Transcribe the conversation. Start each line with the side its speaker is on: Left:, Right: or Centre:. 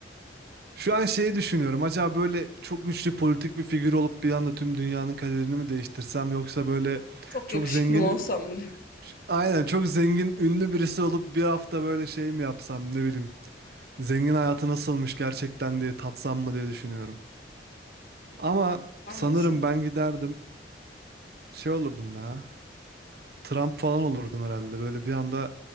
Right: Şu an şeyi düşünüyorum. Acaba böyle çok güçlü politik bir figür olup bir anda tüm dünyanın kaderini mi değiştirsem yoksa böyle
Left: Çok
Right: çok
Left: yakışıklı
Right: zengin
Left: mı olsam bunu?
Right: Aynen çok zengin ünlü birisi olup bir hafta böyle şey mi yapsam ne bileyim. Zengin hayatı nasılmış gerçekten diye tatsam mı diye düşünüyorum. Ama
Left: <laughs> Hangisi?
Right: sanırım ben giderdim şey olurdum ya. Trump falan olurdum herhalde. Böyle bir anda